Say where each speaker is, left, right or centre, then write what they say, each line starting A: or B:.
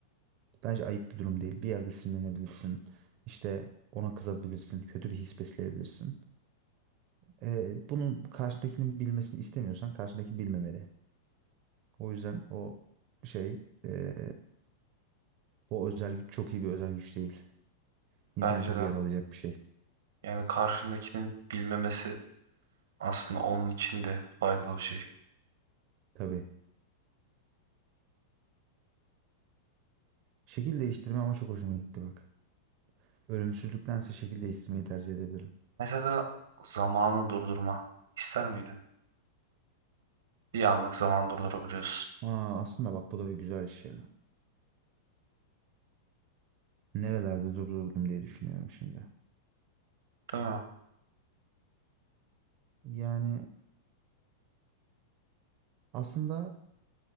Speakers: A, on the right (about 35°); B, on the right (about 85°).
A: Bence ayıp bir durum değil. Bir yerde sinirlenebilirsin. İşte ona kızabilirsin. Kötü bir his besleyebilirsin. Ee, bunun karşıdakinin bilmesini istemiyorsan karşıdaki bilmemeli. O yüzden o şey ee, o özel güç çok iyi bir özel güç değil. İnsanı
B: Bence
A: çok
B: de.
A: yaralayacak bir şey.
B: Yani karşındakinin bilmemesi aslında onun için de faydalı bir şey.
A: Tabii. Şekil değiştirme ama çok hoşuma gitti bak. Ölümsüzlüktense şekil değiştirmeyi tercih edebilirim.
B: Mesela zamanı durdurma. İster miydin? Bir anlık zaman durdurabiliyorsun.
A: Aa, aslında bak bu da bir güzel iş ya. Nerelerde durdurdum diye düşünüyorum şimdi.
B: Değil mi?
A: Yani aslında